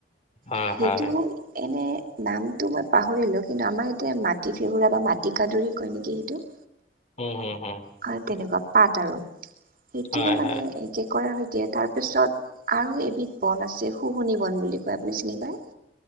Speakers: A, on the left (about 40°); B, on the right (about 50°).
A: হয়,
B: সেইটো
A: হয়।
B: এনে নামটো মই পাহৰিলো কিন্তু আমাৰ ইয়াতে মাটি ফেগৰা বা মাটি কাদুৰি কয় নেকি সেইটো
A: উম হুম হুম
B: হয় তেনেকুৱা পাত আৰু সেইটোও
A: হয়,
B: মানে
A: হয়।
B: এ কৰাৰ সৈতে তাৰপিছত আৰু এবিধ বন আছে শুহুনি বন বুলি কয় আপুনি চিনি পায়